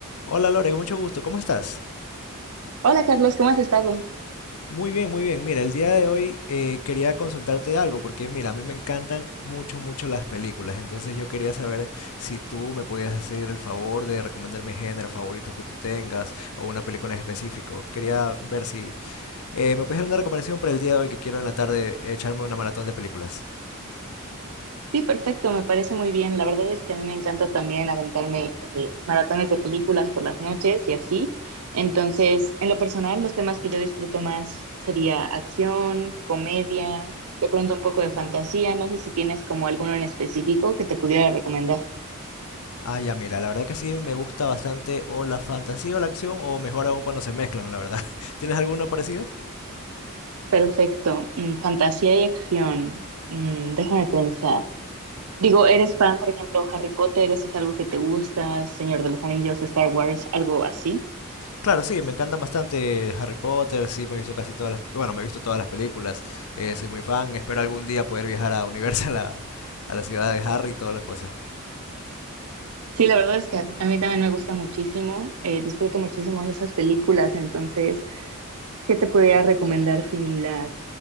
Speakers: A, on the left (about 75°); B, on the right (about 85°).
A: Hola Lore, mucho gusto, ¿cómo estás?
B: Hola Carlos, ¿cómo has estado?
A: Muy bien, muy bien. Mira, el día de hoy eh, quería consultarte algo porque mira, a mí me encantan mucho, mucho las películas, entonces yo quería saber si tú me podías hacer el favor de recomendarme géneros favoritos que tú tengas o una película en específico. Quería ver si eh, me puedes dar una recomendación para el día de hoy que quiero en la tarde echarme una maratón de películas.
B: Sí, perfecto, me parece muy bien. La verdad es que a mí me encanta también aventarme eh, maratones de películas por las noches y así. Entonces, en lo personal, los temas que yo disfruto más sería acción, comedia, de pronto un poco de fantasía. No sé si tienes como alguno en específico que te pudiera recomendar.
A: Ah, ya, mira, la verdad que sí me gusta bastante o la fantasía o la acción o mejor aún cuando se mezclan, la verdad. <laughs> ¿Tienes alguno parecido?
B: Perfecto, mm, fantasía y acción. Mm, déjame pensar. Digo, ¿eres fan, por ejemplo, Harry Potter? ¿Eso es algo que te gusta? Señor de los Anillos, Star Wars, algo así.
A: Claro, sí, me encantan bastante Harry Potter, sí, me he visto casi todas las, bueno, me he visto todas las películas, eh, soy muy fan, espero algún día poder viajar a Universal, a, a la ciudad de Harry y toda la cosa.
B: Sí, la verdad es que a a mí también me gusta muchísimo, eh, disfruto muchísimo de esas películas, entonces, ¿qué te podría recomendar similar?